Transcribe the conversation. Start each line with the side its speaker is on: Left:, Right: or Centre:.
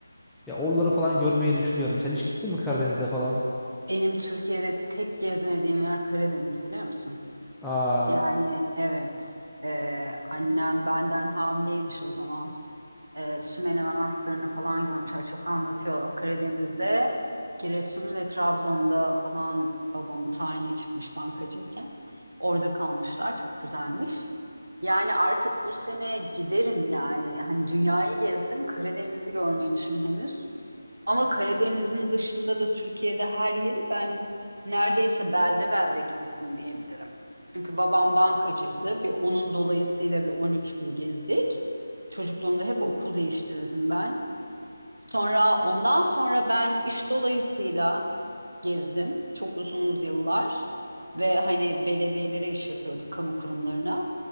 Centre: Ya oraları falan görmeyi düşünüyorum. Sen hiç gittin mi Karadeniz'e falan?
Right: Benim Türkiye'de tek gezmediğim yer Karadeniz biliyor musun?
Centre: Aa.
Right: Yani evet, e, annem benden hamileymiş o zaman. E, Sümele Manastırı'nı falan görmüşler. Çok anlatıyor Karadeniz'de. Giresun ve Trabzon'da falan babamın tayini çıkmış bankacıyken. Orada kalmışlar. Çok güzelmiş. Yani artık bu sene giderim yani. Hani dünyayı gezdim. Karadeniz'i görmemişim henüz. Ama Karadeniz'in dışında da Türkiye'de her yeri ben neredeyse belde belde gezdim diyebilirim. Çünkü babam bankacıydı. Bir onun dolayısıyla bir 13 il gezdik. Çocukluğumda hep okul değiştirdim ben. Sonra ondan sonra ben iş dolayısıyla gezdim çok uzun yıllar ve hani belediyelere iş yapıyorduk kamu kurumlarına.